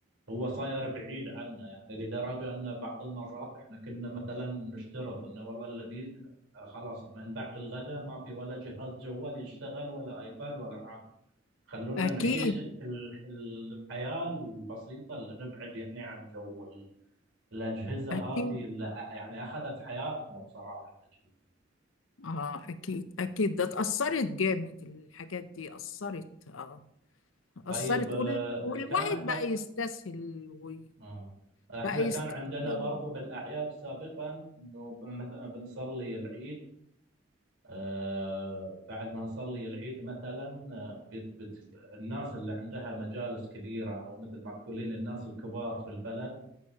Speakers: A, on the right; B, on the left.
A: هو صاير بعيد عنا يعني لدرجه ان بعض المرات احنا كنا مثلا نشترط انه والله اللي بي آه، خلاص من بعد الغداء ما في ولا جهاز جوال يشتغل ولا ايباد ولا حاجه خلونا
B: اكيد
A: نعيش ال- الحياه البسيطه اللي نبعد يعني عن جو ال- الاجهزه
B: اكيد
A: هذه اللي آه، يعني اخذت حياتنا بصراحه الاجهزه
B: اه اكيد اكيد ده اتأثرت جامد الحاجات دي اثرت اه اثرت
A: طيب آه،
B: وال... والواحد
A: كان احنا
B: بقى يستسهل وبقى
A: آه، احنا
B: يستسهل
A: كان عندنا برضو بالاعياد سابقا انه ب- مثلا بنصلي العيد آه، بعد ما نصلي العيد مثلا آه، ب- بت- الناس اللي عندها مجالس كبيره او مثل ما تقولين الناس الكبار في البلد